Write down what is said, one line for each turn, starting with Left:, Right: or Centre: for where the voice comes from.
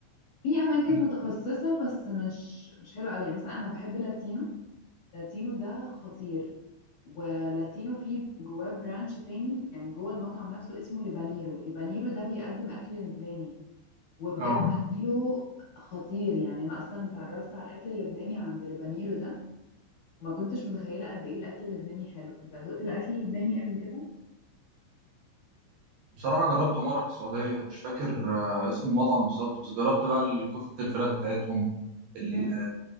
Left: في اماكن
Right: اكيد
Left: متخصصه بس مش مش حلوه قوي يعني مثلا انا بحب لاتينو لاتينو ده خطير ولاتينو فيه جواه برانش تاني يعني جوه المطعم نفسه اسمه لبانيرو لبانيرو ده بيقدم أكل لبناني وبجد
Right: اه
Left: أكله خطير يعني أنا أصلا اتعرفت على الأكل اللبناني عند لبانيرو ده وما كنتش متخيلة قد إيه الأكل اللبناني حلو أنت دقت الأكل اللبناني قبل كده؟
Right: بصراحه جربته مره في السعوديه مش فاكر آه، اسم المطعم بالظبط بس جربت بقى الكفته الفراخ بتاعتهم ال...
Left: مم.